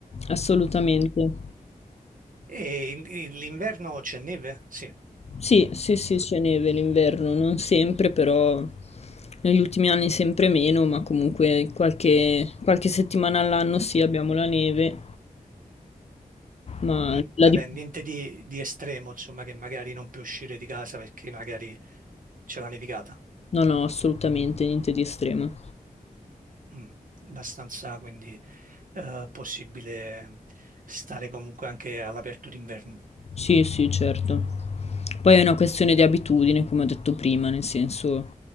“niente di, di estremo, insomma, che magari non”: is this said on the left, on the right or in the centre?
Right